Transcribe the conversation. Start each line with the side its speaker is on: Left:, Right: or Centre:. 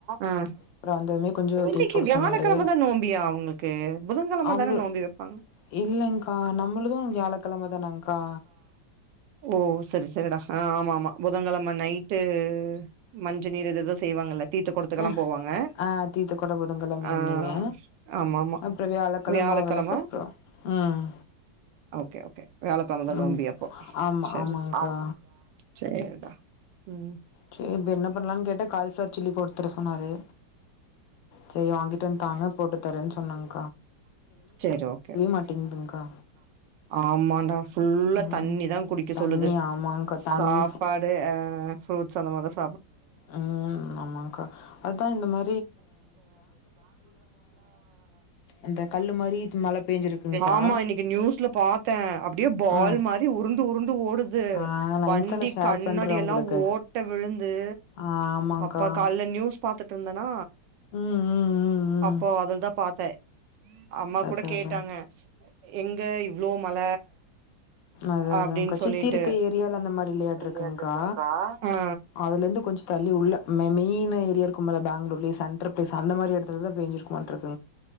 Right: ஆஹ்
Left: அப்புறம் வந்ததுமே கொஞ்சம்
Right: இன்னைக்கி
Left: டீ போட
Right: வியாழக்கெழமதா
Left: சொன்னாரு
Right: நோம்பியா உங்களுக்கு புதன்கெழம
Left: அவங்க
Right: தான நோம்பி வெப்பாங்க
Left: இல்லங்க்கா நம்மளதும் வியாழக்கிழம தானங்க்கா
Right: ஓ செரி செரிடா ஆஹ் ஆமா ஆமா புதங்கெழம நைட்டு மஞ்ச நீர் எதேதோ செய்வாங்கள்ல தீத்த கொடத்துக்குலா
Left: அஹ்
Right: போவங் அ
Left: ஆ தீர்த்த கொட புதன்கிழம
Right: ஆஹ்
Left: ஈவினிங்க
Right: ஆமாம்மா
Left: அப்புறம் வியாழக்கிழம
Right: வியாழக்கெழம
Left: மாவிளக்கு அப்புறம் ம்
Right: ஓகே ஓகே வியாழக்கெழமதா
Left: ம்
Right: நோம்பி அப்போ
Left: ஆமா
Right: செரிங்
Left: ஆமாங்க்கா
Right: சிஸ் சேரிடா உம்
Left: சேர் இப்ப என்ன பண்ணலான் கேட்டா கால்ஃபிளர் சில்லி போட்டுதற சொன்னாரு சேரி வாங்கிட்டு வந்து தாங்க போட்டு தரேன் சொன் சொன்னாங்க
Right: சேரி ஓகே ஓகே
Left: மாட்டேங்குதுங்க்கா
Right: ஆமாண்டா ஃபுல்லா
Left: ம்
Right: தண்ணிதா குடிக்க
Left: தண்ணி
Right: சொல்லுது
Left: ஆமாங்க்கா
Right: சாப்பாடே
Left: தண்ணி
Right: அஹ ஃப்ரூட் சொன்ன மார்தா ச
Left: உம் ஆமாங்க்கா அதா இந்த மா அந்த கல்லு மாரி மழ பேஞ்சிருக்குங்க்கா
Right: ஆமா இன்னைக்கு நியூஸ்ல பாத்தே அப்டியே பால்
Left: ஆ
Right: மாரி உருந்து உருந்து ஓடுது து
Left: ஆ நா
Right: வண்டி
Left: இன்ஸ்டால ஷேர்
Right: கண்ணாடியெல்லா
Left: பண்றே உங்களுக்கு
Right: ஓட்ட விழுந்து
Left: ஆ ஆமாங்க்கா
Right: அப்பா கால்ல நியூஸ் பா பாத்துட்ருந்தே நா
Left: ம் ம் ம்
Right: அப்போ
Left: ம்
Right: அதுல்தா பாத்தே அம்மா
Left: அதா
Right: கூட கேட்டாங்க
Left: அதா
Right: எங்க இவ்ளோ மழ
Left: அதேதாங்க்கா
Right: அப்டின்னு சொல்லிட்டு
Left: சித்தி இருக்க ஏரியால அந்த மாரி இல்லயாட்ருக்குங்க்கா
Right: விளையாட்ருக்குங்க்கா ஆ
Left: அதுல இருந்து கொஞ் தள்ளி உள்ள மெ மெய்னா ஏரியா இருக்குமுல பேங்ளூர்லே சென்ட்ரு ப்ளேஸ் அந்த மாரி எடத்துலதா பேஞ்சிருமான்ருக்